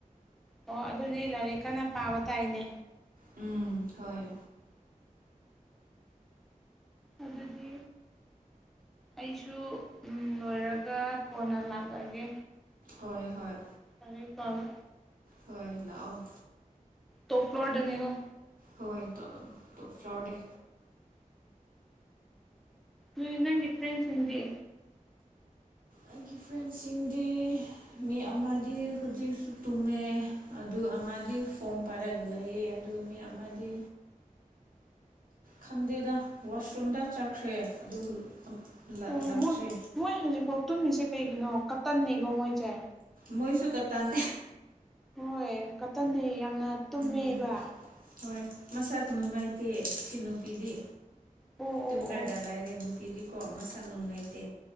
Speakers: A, in the centre; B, on the right.
A: ꯑꯣ ꯑꯗꯨꯗꯤ ꯂꯥꯏꯔꯤꯛ ꯀꯟꯅ ꯄꯥꯕ ꯇꯥꯏꯅꯦ
B: ꯎꯝ ꯍꯣꯏ
A: ꯑꯗꯨꯗꯤ ꯑꯩꯁꯨ ꯂꯣꯏꯔꯒ ꯀꯣꯟꯅ ꯂꯥꯛꯂꯒꯦ
B: ꯍꯣꯏ ꯍꯣꯏ
A: ꯂꯥꯏꯔꯤꯛ ꯄꯥꯔꯣ
B: ꯍꯣꯏ ꯂꯥꯛꯑꯣ
A: ꯇꯣꯞ ꯐ꯭ꯂꯣꯔ ꯗꯅꯦꯀꯣ
B: ꯍꯣꯏ ꯇꯣꯞꯇꯣꯞ ꯐ꯭ꯂꯣꯔ ꯗꯦ
A: ꯎꯏ ꯅꯪꯒꯤ ꯐ꯭ꯔꯦꯟꯁꯤꯡꯗꯤ
B: ꯑꯩꯒꯤ ꯐ꯭ꯔꯦꯟꯁꯤꯡꯗꯤ ꯃꯤ ꯑꯃꯗꯤ ꯍꯧꯖꯤꯛꯁꯨ ꯇꯨꯝꯃꯦ ꯑꯗꯨ ꯑꯃꯗꯤ ꯐꯣꯝ ꯄꯥꯏꯔꯒ ꯂꯩꯌꯦ ꯑꯗꯨꯅꯦ ꯑꯃꯗꯤ ꯈꯟꯗꯦꯗ ꯋꯥꯁꯔꯨꯝꯗ ꯆꯠꯈ꯭ꯔꯦ ꯑꯗꯨ ꯂꯛꯂꯛꯇ꯭ꯔꯤ
A: ꯑꯣ ꯃꯣꯏ ꯃꯣꯏ ꯍꯧꯖꯤꯛꯐꯥꯎ ꯇꯨꯝꯃꯤꯁꯦ ꯀꯩꯒꯤꯅꯣ ꯀꯇꯟꯅꯦꯀꯣ ꯃꯣꯏꯁꯦ
B: ꯃꯣꯏꯁꯨ ꯀꯇꯥꯟ
A: ꯍꯣꯏ ꯀꯇꯟꯅꯦ ꯌꯥꯝꯅ ꯇꯨꯝꯃꯦꯕ
B: ꯎꯝ ꯍꯣꯏ ꯃꯁꯥ ꯅꯨꯡꯉꯥꯏꯇꯦ ꯁꯤ ꯅꯨꯄꯤꯗꯤ
A: ꯑꯣ
B: ꯇꯨꯝꯃꯒꯥ
A: ꯑꯣ ꯑꯣ
B: ꯂꯥꯏꯔꯦꯅꯦ ꯄꯤꯔꯤꯀꯣ ꯃꯁꯥ ꯅꯨꯡꯉꯥꯏꯇꯦ